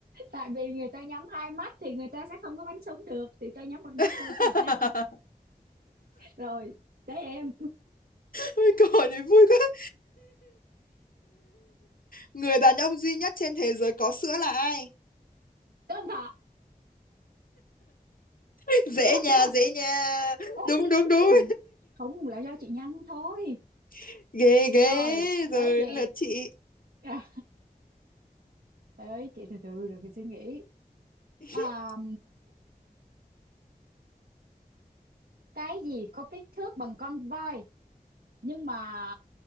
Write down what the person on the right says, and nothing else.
tại vì người ta nhắm hai mắt thì người ta sẽ không có bắn súng được thì ta nhắm một mắt
thôi chứ sao rồi tới em
tới ông thọ
ok ok
dễ dễ
dĩ
nhiên không là do chị nhanh thôi
rồi tới
chị
à, <laughs> tới chị từ từ rồi phải suy nghĩ
à, cái gì có kích thước bằng con voi nhưng mà